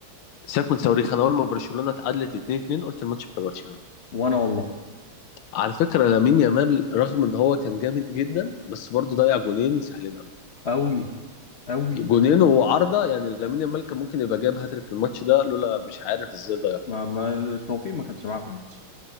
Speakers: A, on the left; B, on the left.
A: سيبك من صواريخ أنا أول ما برشلونة اتعادلت 2-2 قلت الماتش بتاع برشلونة
B: وانا والله
A: على فكرة لامين يامال رغم ان هو كان جامد جدا بس برضه ضيع جونين سهلين قوي
B: قوي قوي
A: جونين وعارضة يعني لامين يامال كان ممكن يبقى جايب هاتريك الماتش ده لولا مش عارف ازاي ضيعها
B: ما ما التوفيق ما كانش معاه في الماتش